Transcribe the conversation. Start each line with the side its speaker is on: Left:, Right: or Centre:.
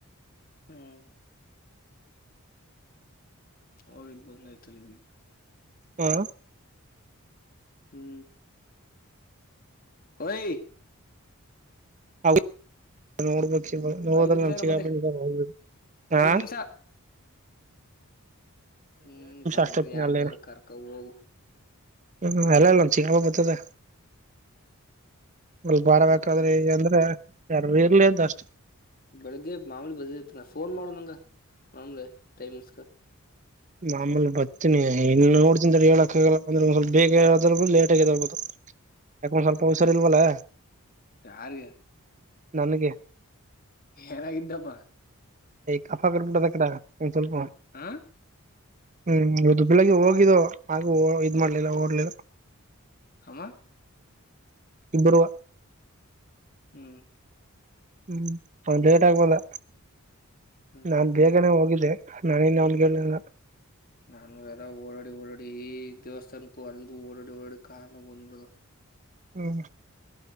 Left: ಹ್ಮ್ ಅವ್ರಿಗ್ ಬಂದಾಯ್ತು <unintelligible>
Right: ಹಾ
Left: ಹ್ಮ್ ಒಯಿ
Right: ಹೌ ನೋಡ್ಬ ಹೋದ್ರೆ
Left: ಐದ್ ನಿಮಿಷ
Right: ನಮ್
Left: ಇರು
Right: ಚಿಕಪ್ಪ
Left: ಬಂದೆ
Right: ಜೊತೆನೆ ಹೋಗ್ಬೇಕು ಹ
Left: ಐದ್ ನಿಮಿಷ ಹ್ಮ್ ಬಂದ್ರಿ
Right: ಅಷ್ಟೊತ್ತಿನ
Left: ಯಾರ್
Right: ಅಲ್ಲೇನ
Left: ಬದ್ರ ಕರ್ಕ ಹೋಗು.
Right: ಹ್ಮ್ ಅಲ್ಲ ನಮ್ ಚಿಕ್ಕಪ್ಪ ಬತ್ತದ. ಒಲ್ ಬಾರಬಕಾದ್ರಿ
Left: ಕರ್ಕ
Right: ಅಂದ್ರ ಕರ್ ಇರ್ಲಿ ಅಂತ ಅಷ್ಟೇ.
Left: ಬೆಳಿಗ್ಗೆ ಮಾಮೂಲಿ ಬದೈತ್ ನ ಫೋನ್ ಮಾಡೋ ನಂಗ ಮಾಮುಲಿ ಟೈಮಿಂಗ್ಸ್ ಗ.
Right: ಮಾಮಲ್ ಬರ್ತೀನಿ ಇನ್ನು ನೋಡ್ತಿನ್ ತಡಿ ಹೇಳಕಾಗಲ್ಲ ಅಂದ್ರೆ ಒಂದ್ ಸ್ವಲ್ಪ ಬೇಗ ಏಳೋದ್ರು ಬದ್ಲ್ ಲೇಟ್ ಆಗ್ ಎದ್ದೇಳ್ಬೋದು ಯಾಕ ಒಂದ್ ಸ್ವಲ್ಪ ಹುಷಾರ್ ಇಲ್ವಲ್ಲ.
Left: ಯಾರಿಗೆ?
Right: ನನಿಗೆ
Left: ಏನಾಗಿದ್ದಪ್ಪಾ
Right: ಕಫಾ ಕಟ್ಬಿಟ್ಟದೆ ಕದ ಇನ್ ಸ್ವಲ್ಪ
Left: ಹ
Right: ಹ್ಮ್ ಇದು ಬೆಳಗ್ ಹೋಗಿದ್ದೋ ಹಾಗು ಇದ್ ಮಾಡ್ಲಿಲ್ಲ ಓಡ್ಲಿಲ್ಲ.
Left: ಹಮ
Right: ಇಬ್ಬರು
Left: ಹ್ಮ್
Right: ಹ್ಮ್ ಆವ್ನ್ ಲೇಟ್ ಆಗಿ ಬಲ್ಲ
Left: ಹ್ಮ್
Right: ನಾನ್
Left: ಹ್ಮ್ ಹ್ಮ್
Right: ಬೇಗನೆ ಹೋಗಿದ್ದೆ. ನವಿನ್ ಅವ್ನ್ಗೇನಿಲ್ಲ.
Left: ನಾನು ಎಲ್ಲ ಓಡಾಡಿ ಓಡಾಡಿ ಈ ದೇವಸ್ಥಾನಕ್ಕೂ ಅಲ್ಗು ಓಡಾಡಿ ಓಡಾಡಿ ಕಲ್ನೋವ್ ಬಂದ್ಬಿಡ್ದ.
Right: ಹ್ಮ್